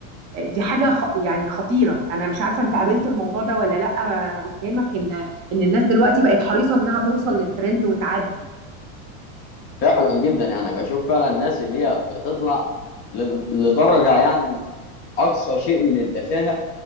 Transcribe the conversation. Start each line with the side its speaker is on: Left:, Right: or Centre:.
Right: دي حاجه خ- يعني خطيره انا مش عارفه انت قابلت الموضوع ده ولا لا قدامك ان ان الناس دلوقتي بقت حريصه انها توصل للترند وتعدي
Left: فعلا جدا يعني بشوف فعلا الناس اللي هي بتطلع ل- لدرجة يعني أقصى شيء من التفاهة